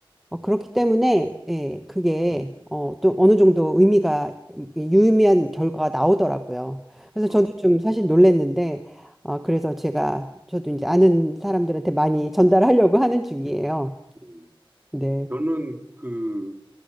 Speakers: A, in the centre; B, on the right.
A: 어, 그렇기 때문에, 예, 그게 어, 또 어느 정도 의미가, 예, 유의미한 결과가 나오더라고요. 그래서 저도
B: 그
A: 좀 사실 놀랐는데, 어, 그래서 제가, 저도 이제 아는 사람들한테 많이 전달하려고 하는 중이에요.
B: 음.
A: 네,
B: 저는 그